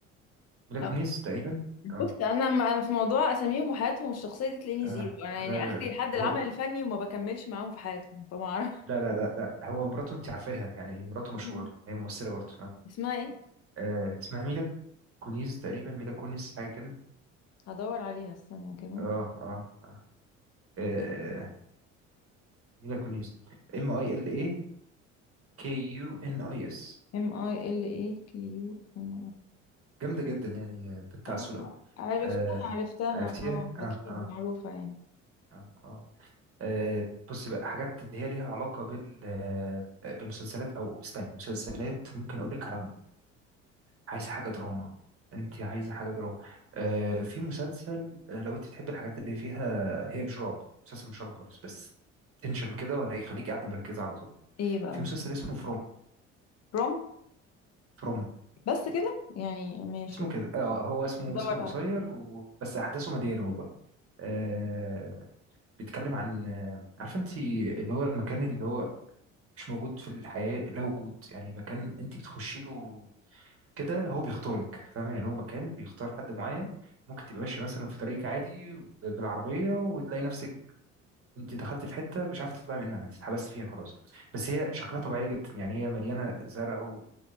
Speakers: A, on the right (about 35°); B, on the left (about 40°).
A: ميلا كونيز
B: آه،
A: تقريبا
B: بص
A: اه
B: انا انا في موضوع اساميهم وحياتهم الشخصية دي تلاقيني
A: اه
B: زيرو انا
A: لا
B: يعني اخري
A: لا لا.
B: لحد العمل
A: هو
B: الفني وما بكملش معاهم في حياتهم فما اعرف
A: لا لا لا لا هو مراته انت عارفاها يعني مراته مشهورة
B: مم.
A: هي ممثلة برضه آه.
B: اسمها ايه
A: آه، اسمها ميلا كونيز تقريبا ميلا كونيز حاجة كده
B: هدور عليها استنى كده
A: اه اه آه. آه، ميلا كونيس ام اي ال اي كي يو ان اي اس
B: ام اي ال اي كيو ام
A: جامده جدا يعني آه، بتاع
B: اه
A: سولان
B: عرفتها
A: آه
B: عرفتها
A: عرفتيها
B: اه اكيد
A: اه اه
B: معروفة يعني
A: اه اه آه، بصي بقى حاجات اللي هي ليها علاقه بال آه، بمسلسلات او استني مسلسلات ممكن اقول لك على عايزه حاجه دراما انت عايزه حاجه دراما آه في مسلسل آه، لو انت تحبي الحاجات اللي فيها هي مش رعب مسلسل مش رعب خالص بس تنشن كده وهيخليك قاعده مركزه على طول
B: ايه بقى
A: في
B: ده
A: مسلسل اسمه
B: بروم
A: فروم
B: بس كده يعني ماشي
A: اسمه كده اه هو اسمه
B: بدور
A: اسمه
B: على
A: قصير و... بس احداثه مليانه والله آه بيتكلم عن آه، عارفه انت اللي هو المكان اللي هو مش موجود في الحياه لا وجود يعني مكان انت بتخشي له كده هو بيختارك فاهمه يعني هو مكان بيختار حد معين ممكن تبقى ماشيه مثلا في طريقك عادي ب- بالعربيه وتلاقي نفسك انت دخلت في حته مش عارفه تطلعي منها انت اتحبست فيها خلاص بس هي شكلها طبيعي جدا يعني هي مليانه زرع وبيوت